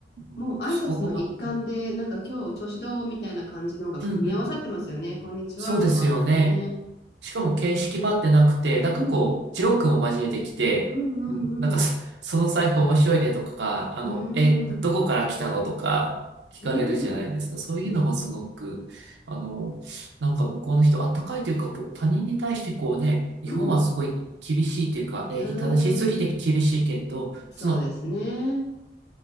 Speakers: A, on the right; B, on the left.
A: 思って、
B: もう挨拶の一環で、
A: そこが、
B: なんか今日調子どうみたいな感じのが組み合わさってますよね。
A: うんうん、
B: こんにちはの後にね。
A: そうですよね。しかも形式ばってなくて、なんかこう、
B: うん、
A: ジョークも交えてきて、
B: うん、
A: うん、なんかそ、
B: うん、
A: その財布面白いねとか、あの、
B: うん。
A: え、
B: うーん、
A: どこから来たのとか聞かれるじゃないですか。
B: うん、
A: そういうのもすごく、
B: うん、
A: あの、なんか向こうの人、あったかいというか、こう、他人に対してこうね、日本はすごい厳しいというか、
B: うん、
A: 礼儀正しすぎて厳しいけれど、
B: うーん、そうですね。
A: その、